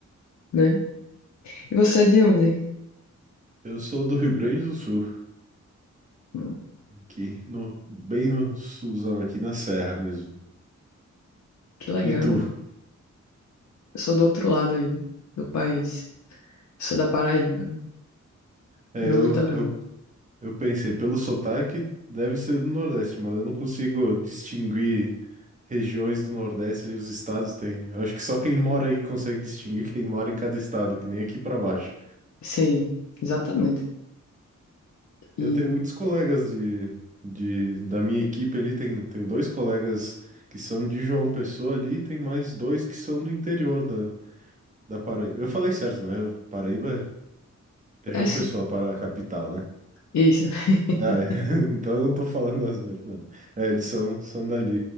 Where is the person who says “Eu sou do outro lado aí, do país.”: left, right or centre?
Left